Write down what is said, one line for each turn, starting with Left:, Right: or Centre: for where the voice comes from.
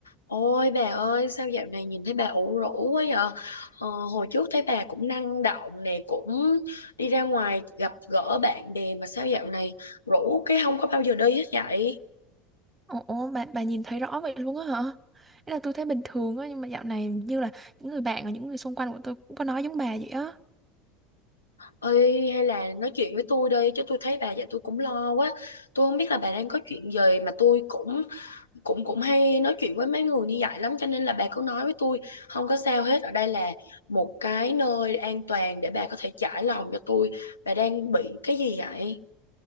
Left: Ôi bà ơi sao dạo này nhìn thấy bà ủ rũ quá vậy ờ, hồi trước thấy bà cũng năng động nè cũng đi ra ngoài gặp gỡ bạn bè mà sao dạo này rũ cái không có bao giờ đi hết vậy
Right: Ồ, bà, bà nhìn thấy rõ vậy luôn á hả? Ý là tôi thấy bình thường á, nhưng mà dạo này như là những người bạn và những người xung quanh của tôi cũng có nói giống bà vậy á.
Left: ơi hay là nói chuyện với tôi đi chứ tôi thấy bà vậy tôi cũng lo quá tôi không biết là bà đang có chuyện gì mà tôi cũng cũng cũng hay nói chuyện với mấy người như vậy lắm cho nên là bà cứ nói với tôi không có sao hết ở đây là một cái nơi an toàn để bà có thể trải lòng cho tôi bà đang bị cái gì vậy